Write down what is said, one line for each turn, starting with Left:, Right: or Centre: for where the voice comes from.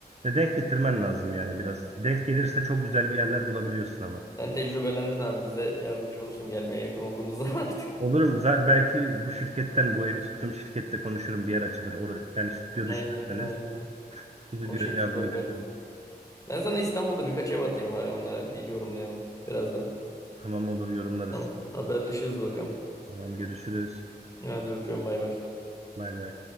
Right: Ve denk getirmen lazım yani biraz. Denk gelirse çok güzel bir yerler bulabiliyorsun ama.
Left: Sen tecrübelendin abi bize yardımcı olursun gelmeye yakın olduğumuzda <laughs> artık.
Right: Olurum. Zaten belki bu şirketten, bu evi tuttuğum şirkette konuşurum. Bir yer açılır. Or- yani stüdyo düşünürseniz
Left: Aynen aynen.
Right: stüdyoya
Left: O şekil
Right: yardım
Left: bakarız.
Right: edebilirim.
Left: Ben sana İstanbul'da birkaç ev atayım bari onlara bir yorumlayalım birazdan.
Right: Tamam olur yorumlarız.
Left: Tamam haberleşiriz bakalım.
Right: Tamam görüşürüz.
Left: Hadi öpüyorum bay bay.
Right: Bay bay.